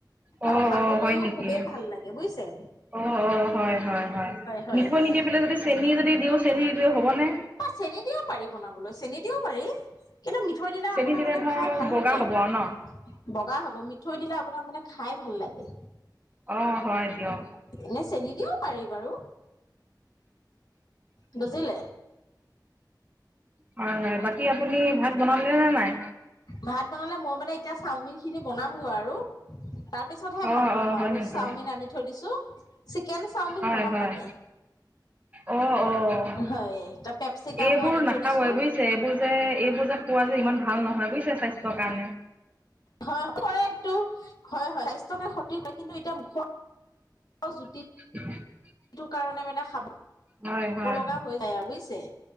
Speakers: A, on the right; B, on the left.
A: অ'
B: আৰু খাবলৈও
A: অ' হয় নেকি
B: খুবেই ভাল লাগে বুজিছে?
A: অ' অ' হয় হয় হয়
B: হয়
A: মিঠৈ
B: হয়
A: নিদি পেলাই যদি চেনি যদি দিওঁ চেনিী দিল হ'ব নে?
B: বা চেনি দিও পাৰি বনাবলৈ চেনি দিও পাৰি। কিন্তু মিঠৈ দিলে
A: চেনি
B: আপোনাৰ মানে
A: ধৰ
B: খাই ভাল
A: বগা
B: লাগে
A: হ'ব
B: আৰু,
A: ন
B: বগা হ'ব মিঠৈ দিলে আপোনাৰ মানে খাই ভাল লাগে,
A: অ হয় দিয়ক
B: এনে চেনী কিয় পাৰি বাৰু? বুজিলে?
A: হয় হয় বাকী আপুনি ভাত বনালে নে নাই?
B: ভাত বনালে মই মানে এতিয়া চাওমিন খিনি বনামগৈ আৰু তাৰ তাৰপিছতহে
A: অ
B: ভাল বনাম
A: অ হয়
B: আৰু
A: নেকি
B: চাওমিন আনি থৈ দিছো, চিকেন চাওমিন
A: হয়
B: বনাম
A: হয়
B: মানে।
A: অ' অ'
B: হয় ত পেপচিকামো
A: এইবোৰ
B: আনি থৈ
A: নাখাবই
B: দিছো
A: বুজিছে এইবোৰ যে এইবোৰ যে পোৱা যে ইমান ভাল নহয় বুজিছে স্বাস্থ্যৰ কাৰণে।
B: হয় সৰেটো হয় হয় স্বাস্থ্যয়কে ক্ষতি কিন্তু এতিয়া মুখোৱা, জুতি।
A: <unintelligible>
B: সেইটো কাৰণে মানে খাব
A: হয় হয়।
B: লগা হৈ যায় আৰু বুজিছে